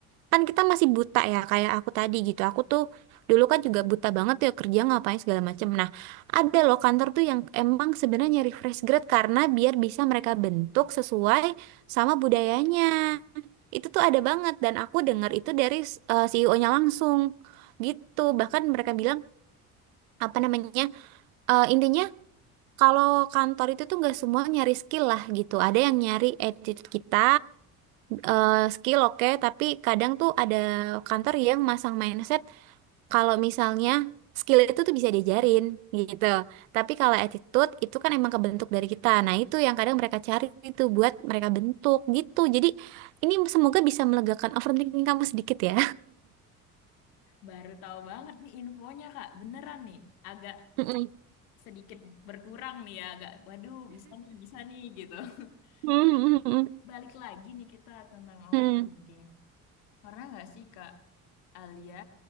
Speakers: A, on the right; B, on the left.
A: kan kita masih buta ya, kayak aku tadi gitu. Aku tuh dulu kan juga buta banget ya kerja ngapain segala macem. Nah, ada loh kantor tuh yang emang sebenarnya nyari fresh grad karena biar bisa mereka bentuk sesuai sama budayanya. Itu tuh ada banget dan aku dengar itu dari eh, CEO-nya langsung gitu bahkan mereka bilang apa namanya eh, intinya kalau kantor itu tuh nggak semua nyari skill lah gitu ada yang nyari attitude kita eh, skill oke tapi kadang tuh ada kantor yang masang mindset kalau misalnya skill itu tuh bisa diajarin gitu tapi kalau attitude itu kan emang kebentuk dari kita nah itu yang kadang mereka cari itu buat mereka bentuk gitu jadi ini semoga bisa melegakan overthinking kamu sedikit ya
B: Baru tahu banget nih infonya Kak. Beneran nih. Agak
A: <laughs> Mm-mm.
B: sedikit berkurang nih ya. Agak, waduh bisa nih, bisa nih gitu. <laughs>
A: Mm-mm.
B: Tapi balik lagi nih kita tentang overthinking.
A: Mm-mm.
B: Pernah nggak sih Kak Alia